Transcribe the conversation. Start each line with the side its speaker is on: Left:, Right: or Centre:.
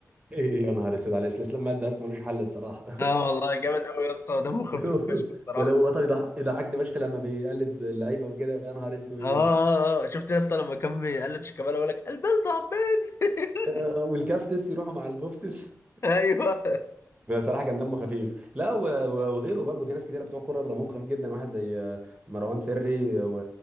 Right: ايه يا نهار اسود على الاستسلام ماده اصلا ملوش حل بصراحه
Left: اه والله جامد قوي يا اسطى دمه خفيف
Right: <laughs>
Left: فشخ
Right: ولو وطني يضح- يضحكني فشخ لما بيقلد اللعيبه وكده يا نهار اسود
Left: اه آه، آه. شفت يا اسطى لما كان بيقلد شيكابالا يقول لك البلد عبين <laughs>
Right: آه، والكافتس يروحوا مع البوفتس
Left: ايوه
Right: <laughs> بصراحه كان دمه خفيف لا و- و- وغيره برضه في ناس كتيره بتوع كوره دمهم خفيف جدا واحد زي آه، مروان سري و-